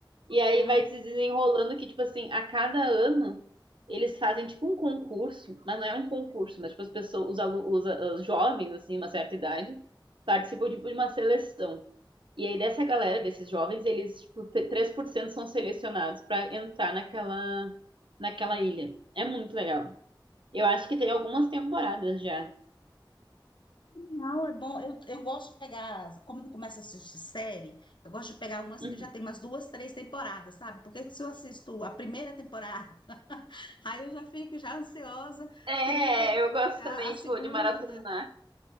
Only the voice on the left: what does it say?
Ah.
não é bom. Eu, eu gosto de pegar, as- como eu começo a assistir série, eu gosto de pegar umas
que já tem umas duas, três temporadas, sabe? Porque se eu assisto a primeira temporada, <laughs> aí eu já fico já ansiosa,
porque não tem
a,
a segunda.